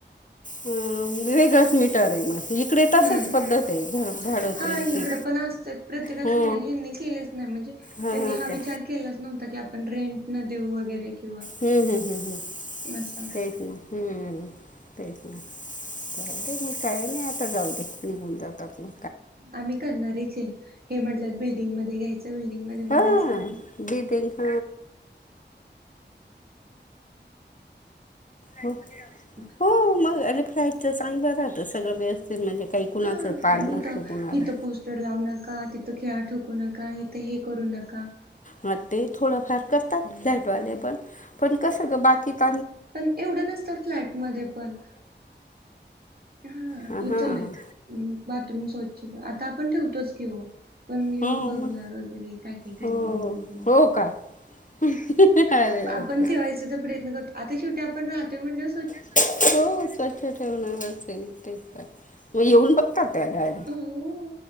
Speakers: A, on the left; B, on the right.
A: वेगळंच मिटर हाय मग इकडे तसंच
B: हम्म
A: पद्धत आहे घर भाडवतेंची
B: हा इकडं पण असत्यात प्रत्येकाची
A: हो
B: वेगळी यांनी केलेच नाही म्हणजे
A: हां
B: त्यांनी
A: हां
B: हा
A: काय
B: विचार केलाच नव्हता. की आपण रेंट न देऊ वगैरे किंवा
A: हम्म हम्म हम्म हम्म
B: असं
A: तेच ना हम्मम्. तेच ना जाऊ दे मग काय नाही आता जाऊ दे निघून जातात ना.
B: आम्ही करणारे चेंज, हे म्हटलंत बिल्डिंग मध्ये घ्यायचं बिल्डिंग मध्ये
A: हां
B: बरं असतं आपलं.
A: बी बँक हां
B: <unintelligible> <unintelligible>
A: हो मग अरे फ्लाईटचं चांगलं राहतं सगळं व्यवस्थित म्हणजे काही कुणाचं
B: हा
A: ताण
B: आणि
A: नसतो
B: इथ
A: कुणाला.
B: <unintelligible>
A: हा ते थोडंफार करतात फ्लॅट वाले पण, पण कसं ग बाकी <unintelligible>
B: पण एवढं नसतं फ्लॅटमध्ये पण हा
A: हां
B: इथल
A: हं
B: आहे. बाथरूम स्वच्छ आता आपण ठेवतोच कि ओ. पण येऊन
A: हो
B: बघणार
A: मग
B: वगैरे काय काय केले
A: हो
B: रूम मध्ये.
A: हो का अरे
B: आपण
A: बापरे
B: ठेवायचा तर प्रयत्न करतो, आता शेवटी आपण राहतोय म्हणलं
A: <unintelligible>
B: हो